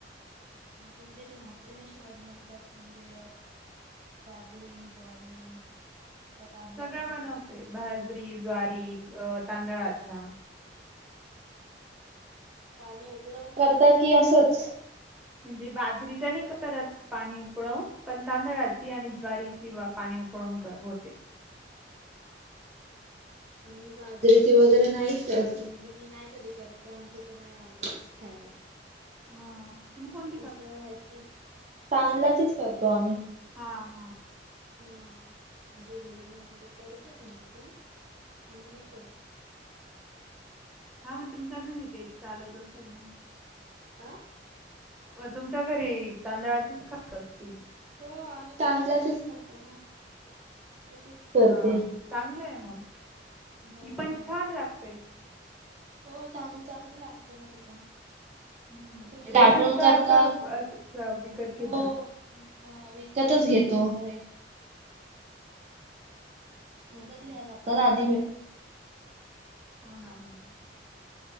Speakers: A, on the right (about 40°); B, in the centre.
A: तुमच्या इथे भाकरी कशी बनवतात म्हणजे बाजरी ज्वारी का तांदळाच्या
B: सगळ्या
A: पिठात
B: बनवते बाजरी, ज्वारी, अ तांदळाच्या
A: पाणी उकळवून करता कि असच
B: म्हणजे बाजरीच नाही करत पाणी उकळुन पण तांदळाची आणि ज्वारीची पाणी उकळुन होते
A: आम्ही बाजरीची वगैरे नाही म्हणजे करत मी नाही कधी करत तर ते आमच्या इथ तर नाही आवडत खायला
B: हा म कोण
A: तस हाय ती, तांदलाचेच करतो आम्ही.
B: हा हा.
A: हा, माझी बहीण वगैरे करते म्हणजे ती. आम्ही नाही करत.
B: हा म तुमच्या घरी तेच चालत असेल ना.
A: आ.
B: होय तुमच्या घरी तांदळाचीच खात असतील?
A: हो आम्ही तांदलाचेच खातो ना. मी तीच करते.
B: हा चांगलं आहे मग,
A: हो
B: ती पण छान लागतय.
A: हो चांग-चांगल लागतय ना ते पण.
B: हम्म.
A: तुम्ही लाटण
B: रेशनचा
A: करता,
B: का अस- स- विकत घेता
A: हो. हा विकतच घेतो अरे.
B: हो
A: विकत
B: का
A: घ्यायला लागतात आधी भे
B: हो ना हो ना.